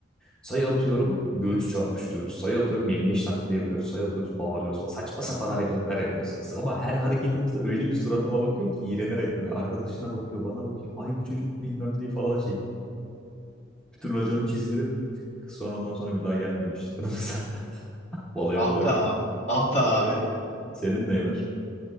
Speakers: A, in the centre; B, on the left (about 35°).
A: Sayı atıyorum göğüs çarpıştırıyoruz. Sayı atıyorum yengeç taklidi yapıyoruz. Sayı atıyoruz bağırıyoruz falan. Saçma sapan hareketler yapıyoruz. Kız ama her hareketimizde öyle bir suratıma bakıyor ki iğrenerek böyle. Arkadaşına bakıyor bana bakıyor. Ay bu çocuk bilmem neyi falan şey. Bütün raconu çizdirip kız sonra ondan sonra bir daha gelmemişti yanımıza. <laughs> Volaya
B: Ah
A: balayına
B: be abi. Ah be abi.
A: Senin neyi var?